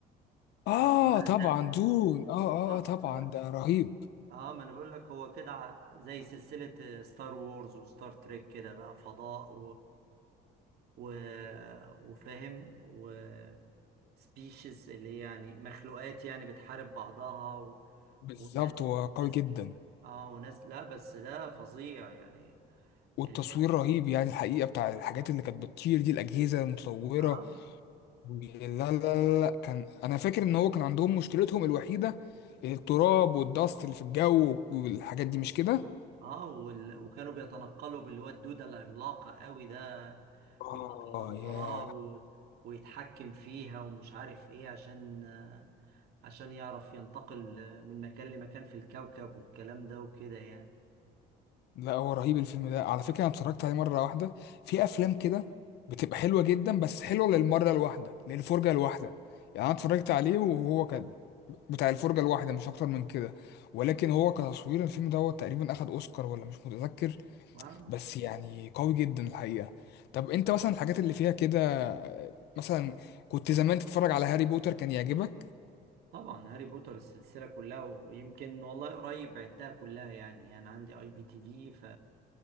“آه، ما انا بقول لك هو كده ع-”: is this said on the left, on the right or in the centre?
Right